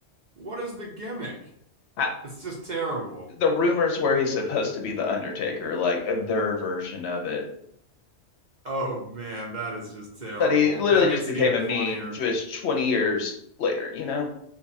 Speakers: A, on the right; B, on the left.
A: what is the gimmick?
B: I
A: It's just terrible.
B: the rumors were he's supposed to be the Undertaker, like uh, their version of it.
A: Oh man, that is just terrible.
B: But he literally
A: That
B: just
A: makes
B: became
A: it even
B: a
A: funnier.
B: meme just 20 years later, you know?